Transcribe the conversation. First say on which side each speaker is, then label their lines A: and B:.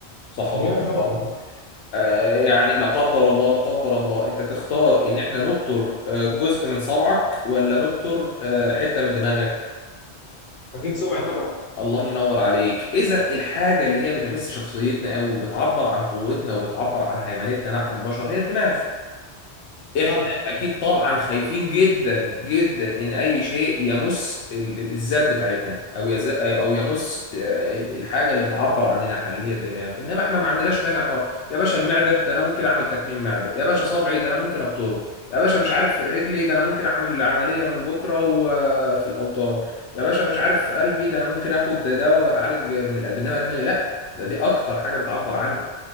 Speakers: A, on the left (about 80°); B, on the left (about 55°).
A: صح
B: دماغي
A: ولا انا
B: طبعا
A: غلطان آه، يعني لا قدر الله لا قدر الله انت تختار ان احنا نبتر آه، جزء من صبعك ولا نبتر آه، حته من دماغك
B: اكيد سبعي طبعا
A: الله ينور عليك اذا الحاجه اللي هي بتمس شخصيتنا او بتعبر عن قوتنا وبتعبر عن هيمنتنا نحن البشر هي الدماغ احنا
B: فعلا
A: اكيد طبعا خايفين جدا جدا ان اي شيء يمس ال- ال- الذات بتاعتنا او يز... او يمس آه، ال- الحاجه اللي بتعبر عننا احنا اللي هي الدماغ انما احنا ما عندناش مانع خالص يا باشا المعده ده انا ممكن اعمل تكميم معده يا باشا صبعي ده انا ممكن ابطره يا باشا مش عارف رجلي ده انا ممكن اعمل عمليه من بكره وفي الاوطان يا باشا مش عارف قلبي ده انا ممكن اخد دواء واتعالج من القلب انما دماغي لا ده دي اكتر حاجه بتعبر عني